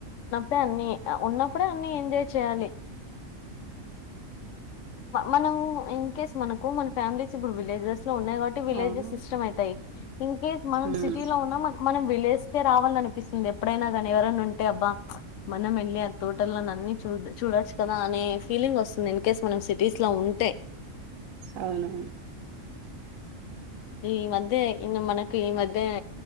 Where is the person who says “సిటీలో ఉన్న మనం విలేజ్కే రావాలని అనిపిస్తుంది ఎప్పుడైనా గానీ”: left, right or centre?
Left